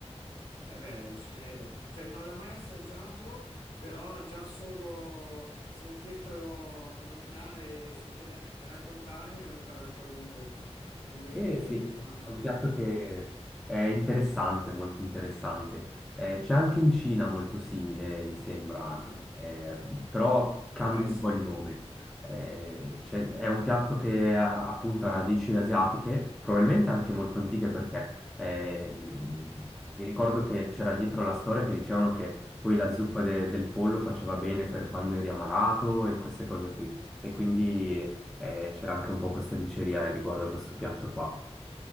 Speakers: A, on the left; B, in the centre.
A: Eh beh, ci credo, cioè non l'ho mai assaggiato, però già solo sentirtelo nominare e sentire raccontarmi è venuta l'acquolina in bocca, quindi
B: Eh sì,
A: no, no,
B: è un piatto
A: eh,
B: che è interessante, molto interessante. Eh, c'è anche in Cina molto simile, mi sembra,
A: ah,
B: eh, però cambia
A: può essere,
B: un po' il nome. Eh, c'è- è un piatto che ha appunto ha radici asiatiche, probabilmente anche molto antiche perché eh, mi ricordo che c'era dietro la storia che dicevano che poi la zuppa de- del pollo faceva bene per quando eri ammalato e queste cose qui. E quindi eh, c'era anche un po' questa diceria riguardo a questo piatto qua.